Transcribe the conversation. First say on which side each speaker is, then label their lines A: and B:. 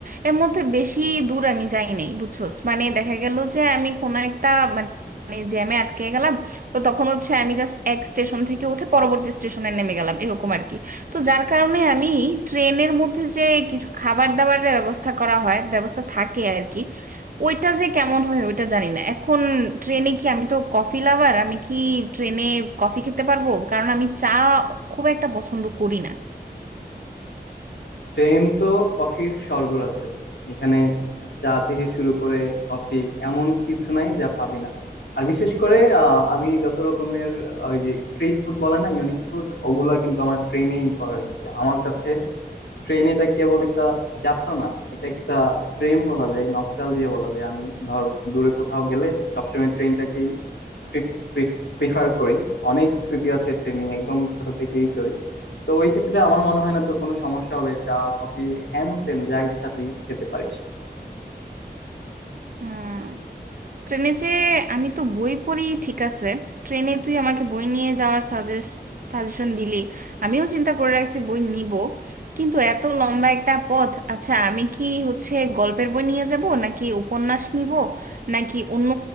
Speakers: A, on the right (about 55°); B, on the left (about 85°).
A: এর মধ্যে বেশি দূর আমি যাই নাই বুঝছোস মানে দেখা গেল যে আমি কোনো একটা মানে জ্যামে আটকে গেলাম তো তখন হচ্ছে আমি জাস্ট এক স্টেশন থেকে উঠে পরবর্তী স্টেশনে নেমে গেলাম এরকম আর কি তো যার কারণে আমি ট্রেনের মধ্যে যে কিছু খাবার দাবারের ব্যবস্থা করা হয় ব্যবস্থা থাকে আর কি ওইটা যে কেমন হয় ওইটা জানি না এখন ট্রেনে কি আমি তো কফি লাভার আমি কি ট্রেনে কফি খেতে পারবো কারণ আমি চা খুব একটা পছন্দ করি না
B: ট্রেন তো কফির স্বর্গরাজ্য এখানে চা থেকে শুরু করে কফি এমন কিছু নাই যা পাবি না আর বিশেষ করে আহ, আমি যত রকমের আহ, ওই যে স্ট্রিট ফুড বলে না ইউনিক ফুড ওগুলা কিন্তু আমার ট্রেনেই করা হয়েছে আমার কাছে ট্রেন এটা কেবল একটা যাত্রা না এটা একটা প্রেম বলা যায় নস্টালজিয়া বলা যায় আমি ধর দূরে কোথাও গেলে সবসময় ট্রেনটাকেই ট্রিপ প্রিফার করি অনেক স্মৃতি আছে ট্রেন নিয়ে একদম ছোট থেকেই চড়ি তো ওই ক্ষেত্রে আমার মনে হয় না তোর কোনো সমস্যা হবে চা কফি হ্যান তেন যা ইচ্ছা তুই খেতে পারিস
A: হুম ট্রেনে যে আমি তো বই পড়ি ঠিক আছে ট্রেনে তুই আমাকে বই নিয়ে যাওয়ার সাজেস্ট সাজেশন দিলি আমিও চিন্তা করে রাখছি বই নিব কিন্তু এত লম্বা একটা পথ আচ্ছা আমি কি হচ্ছে গল্পের বই নিয়ে যাব নাকি উপন্যাস নিব নাকি অন্য